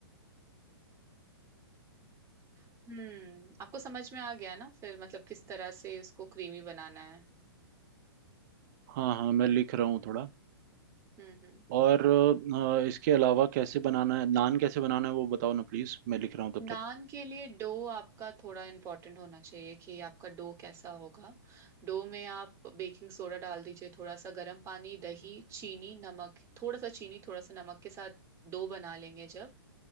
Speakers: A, on the right; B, on the right.
A: हम्म आपको समझ में आ गया ना फिर मतलब किस तरह से उसको क्रीमी बनाना है
B: हाँ हाँ मैं लिख रहा हूँ थोड़ा
A: हम्म हम्म
B: और अ, इसके अलावा कैसे बनाना है नान कैसे बनाना है वो बताओ ना प्लीज़ मैं लिख रहा हूँ तब
A: नान
B: तक
A: के लिए डो आपका थोड़ा इम्पोर्टेंट होना चाहिए कि आपका डो कैसा होगा डो में आप बेकिंग सोडा डाल दीजिए थोड़ा सा गर्म पानी दही चीनी नमक थोड़ा सा चीनी थोड़ा सा नमक के साथ डो बना लेंगे जब